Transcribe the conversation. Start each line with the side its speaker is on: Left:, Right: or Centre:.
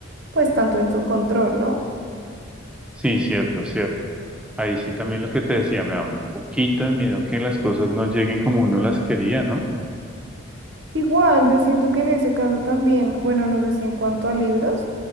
Right: pues tanto en su control, ¿no?
Centre: Sí, cierto, cierto. Ahí sí también lo que te decía, me da un poquito de miedo que las cosas no lleguen como uno las quería, ¿no?
Right: Igual, yo siento que en ese caso también, bueno, no sé si en cuanto a libros,